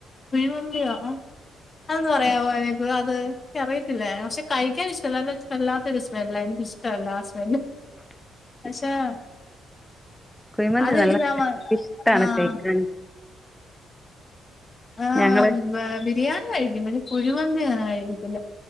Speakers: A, on the left; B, in the centre.
A: കുയ്മന്തിയോ അതന്ന് പറയാമോ എനിക്ക് അത് അറിയത്തില്ല പക്ഷെ കഴിക്കാ ഇഷ്ടല്ല വല്ലാത്തൊരു സ്മെല്ലാ എനിക്ക ഇഷ് ഇഷ്ടമല്ലാ ആഹ് സ്മെല്ല്
B: <inaudible>
A: പക്ഷെ ഉം
B: കുഴിമന്തി
A: അതിലടിന്നിമ്മ
B: നല്ല ഇഷ്ടാണ്
A: ആഹ്
B: കഴിക്കാൻ
A: ആഹ്
B: ഞങ്ങള്
A: ബ ബിരിയാണി കഴിക്കും പിന്നെ കുഴിമന്തി അങ്ങനെ കഴിക്കത്തില്ല